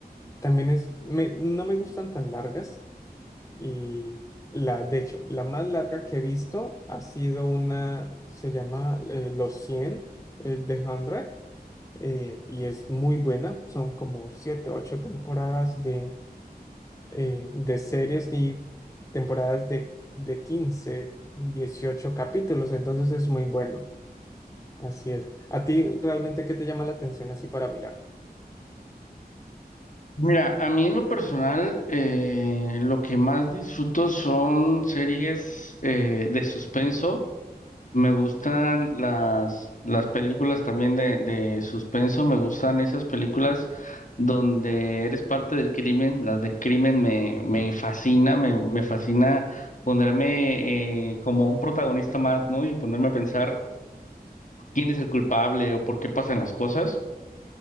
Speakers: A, on the left (about 20°); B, on the left (about 50°).
A: también es, me- no me gustan tan largas y la, de hecho, la más larga que he visto ha sido una, se llama eh, Los cien eh, The 100 eh, y es muy buena. Son como siete, ocho temporadas de, eh, de series y temporadas de, de 15 18 capítulos. Entonces es muy bueno. Así es. ¿A ti realmente qué te llama la atención así para mirar?
B: Mira, a mí en lo personal, eh, lo que más disfruto son series eh, de suspenso Me gustan las, las películas también de, de suspenso, me gustan esas películas donde eres parte del crimen, las de crimen me, me fascina, me, me fascina ponerme eh, como un protagonista más, ¿no? Y ponerme a pensar quién es el culpable o por qué pasan las cosas.